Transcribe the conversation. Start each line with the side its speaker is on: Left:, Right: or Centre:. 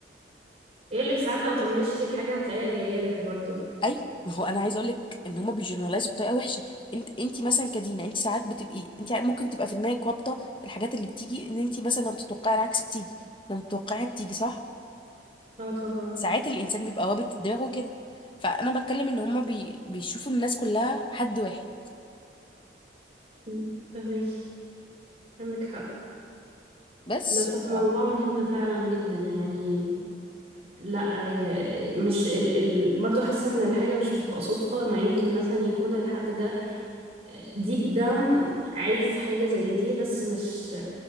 Right: يقول لك ساعات لو طنشتي الحاجة هتلاقيها جاية لك برضو
Left: ايوه ما هو انا عايزه اقول لك ان هما بيجنرالايزوا بطريقه وحشه انت انت مثلا كدينا انت ساعات بتبقي انت ممكن تبقى في دماغك رابطه الحاجات اللي بتيجي ان انت مثلا لما بتتوقعي العكس بتيجي لما بتتوقعيها بتيجي صح
Right: اه طبعا
Left: ساعات الانسان بيبقى رابط دماغه كده فانا بتكلم ان هما بي... بيشوفوا الناس كلها حد واحد
Right: مم، فهميكي عندك حق
Left: بس
Right: بس هو موضوع
Left: ف...
Right: مهم فعلا جدا يعني لا ي- مش ال... ال... برضو حاسة ان الحاجة مش بتبقى صدفة ما يمكن مثلا يكون الحد ده ديب داون عايز حاجة زي دي بس مش